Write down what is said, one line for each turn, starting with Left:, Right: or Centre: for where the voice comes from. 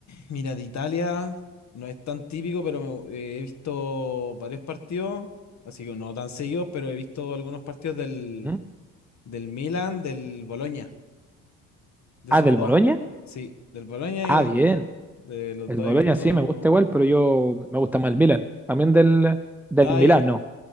Left: mira, de Italia no es tan típico, pero me- eh, he visto varios partidos, así que no tan seguidos, pero he visto algunos partidos del,
Centre: ¿Mm?
Left: del Milan, del Boloña, de
Centre: Ah,
Left: esos
Centre: del
Left: dos.
Centre: Boloña.
Left: Sí, del Boloña
Centre: Ah,
Left: y del
Centre: bien.
Left: Milan. De los
Centre: El
Left: dos
Centre: Boloña
Left: he visto.
Centre: sí me gusta igual, pero yo me gusta más el Milan. También del, del
Left: Ah,
Centre: Milan,
Left: ya.
Centre: no.